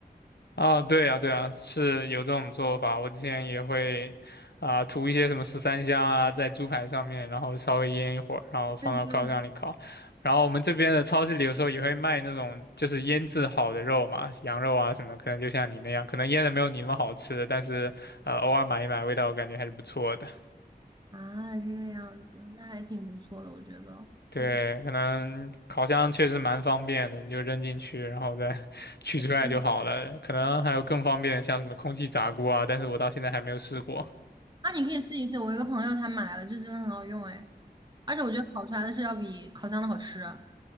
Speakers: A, on the left; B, on the right.
A: <laughs> 啊。对啊，对啊，是有这种做法。我之前也会啊、涂一些什么十三香啊，在猪排上面，然后稍微腌一会儿，然后放到烤箱里烤。
B: 对对
A: 然后我们这边的超市里有时候也会卖那种就是腌制好的肉嘛，羊肉啊什么，可能就像你那样，可能腌的没有你那么好吃，但是呃偶尔买一买，味道感觉还是不错的。
B: 啊，这个样子，那还挺不错的，我觉得。
A: 对，
B: 对
A: 可能烤箱确实蛮方便的，你就扔进去，然后再 <laughs> 取出来就好了。
B: 对
A: 可能还有更方便的，像什么空气炸锅啊，但是我到现在还没有试过。
B: 啊，你可以试一试，我一个朋友他买了，就真的很好用哎，而且我觉得烤出来的是要比烤箱的好吃。